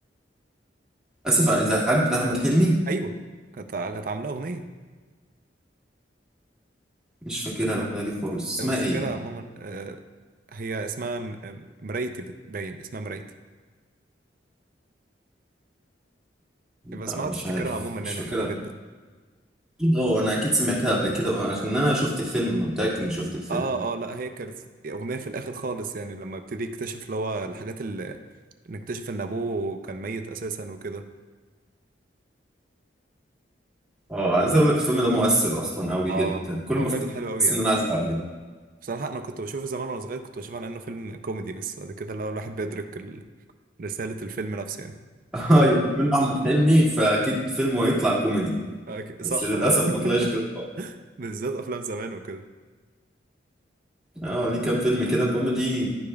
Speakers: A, in the centre; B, on the right (about 50°).
A: اسف على الازعاج بتاع احمد حلمي
B: ايوه كانت كانت عامله اغنيه
A: مش فاكرها الاغنيه دي خالص اسمها
B: أنا بفتكرها
A: ايه
B: ماما آه، هي اسمها م- آه، مرايتي بتبين اسمها مرايتي يبقى اسمها
A: لا مش
B: تفتكرها
A: عارف
B: عموما يعني
A: مش فاكرها
B: حلوه جدا
A: اكيد اه انا اكيد سمعتها قبل كده آه، عشان انا شفت الفيلم متاكد اني شفت الفيلم
B: اه اه لا هي كانت اغنيه في الاخر خالص يعني لما ابتدي يكتشف اللي هو الحاجات اللي نكتشف ان ابوه كان ميت اساسا وكده
A: اه عايز اقول لك الفيلم ده مؤثر اصلا قوي
B: اه
A: جدا كل
B: هو
A: ما
B: فيلم
A: افتكر
B: حلو قوي
A: بحس
B: يعني
A: ان انا عايز اعيط
B: بصراحه انا كنت بشوفه زمان وانا صغير كنت بشوفه على انه فيلم كوميدي بس بعد كده اللي هو الواحد بيدرك ال- رساله الفيلم نفسه يعني
A: <laughs> ايوه منه احمد حلمي فاكيد فيلمه هيطلع كوميدي
B: آه، أكيد- صح
A: بس للاسف
B: <laughs>
A: ما طلعش كده خالص.
B: بالذات افلام زمان وكده
A: اه ليه كام فيلم كده كوميدي